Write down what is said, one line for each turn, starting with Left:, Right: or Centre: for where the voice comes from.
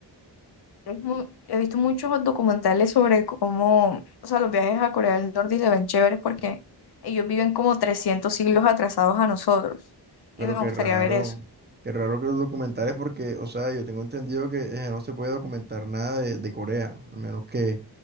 Left: es mu- he visto muchos documentales sobre cómo, o sea, los viajes a Corea del Norte y se ven chéveres porque ellos viven como 300 siglos atrasados a nosotros.
Right: Pero
Left: Y me
Right: qué
Left: gustaría
Right: raro,
Left: ver eso.
Right: qué raro que los documentales, porque, o sea, yo tengo entendido que eh, no se puede documentar nada de, de Corea, a menos que,